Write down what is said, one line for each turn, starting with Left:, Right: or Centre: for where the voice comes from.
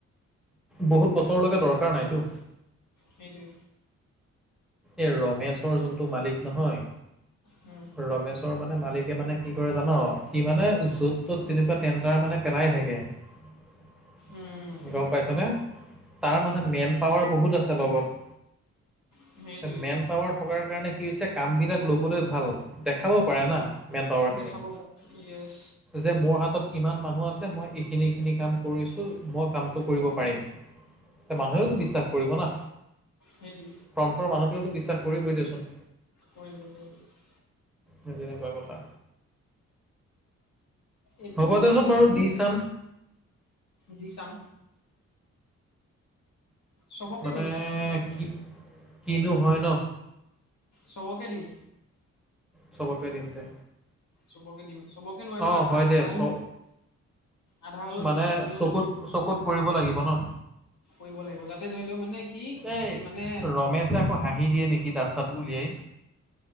Centre: বহুত বছৰলৈকে দৰকাৰ নাইতো।
Left: সেইটোৱে।
Centre: এই ৰমেশৰ যোনটো মালিক নহয়।
Left: উম
Centre: ৰমেশৰ মানে মালিকে মানে কি কৰে জান সি মানে য'ত তত তেনেকুৱা টেণ্ডাৰ মানে পেলাই থাকে। <inaudible>
Left: উম।
Centre: গম পাইছা নে তাৰ মানে মেন পাৱাৰ বহুত আছে লগত,
Left: সেইটোৱেই
Centre: মেন পাৱাৰ থকাৰ কাৰণে কি হৈছে কামবিলাক ল'বলৈ ভাল দেখাবও পাৰে না।
Left: অ',
Centre: মেন পাৱাৰখিনি।
Left: দেখাব পাৰি য়েছ
Centre: যে মোৰ হাতত ইমান মানুহ আছে মই এইখিনি এইখিনি কাম কৰিছোঁ মই কাম কৰিব পাৰিম। মানুহেওতো বিশ্বাস কৰিব না।
Left: সেইটো,
Centre: প্ৰন্তৰ মানুহটোৱেতো বিশ্বাস কৰিবই দিয়াচোন।
Left: হয়, <unintelligible>
Centre: সেই তেনেকুৱা কথা।
Left: এইটো
Centre: হ'ব দেচোন
Left: এন জি
Centre: বাৰু
Left: অ'টো
Centre: দি চাম।
Left: দি ছাম। চবকে
Centre: মানে
Left: দিম
Centre: কি কিনো হয় ন।
Left: চ'বকে দিম।
Centre: চবকে দিম দে।
Left: চ'বকে দিম চ'বকে, নোৱাৰিলো
Centre: অঁ
Left: আধা
Centre: হয় দে
Left: আধা
Centre: চ
Left: আধা হ'লেও
Centre: মানে
Left: দিম আধাখিনি হ'লেও
Centre: চকুত
Left: দিম
Centre: চকুত পৰিব লাগিব ন।
Left: কৰিব লাগিব, যাতে ধৰি লও মানে কি
Centre: এই
Left: মানে
Centre: ৰমেশে আকৌ হাঁহি দিয়ে নেকি দাতঁ চাত উলিয়াই।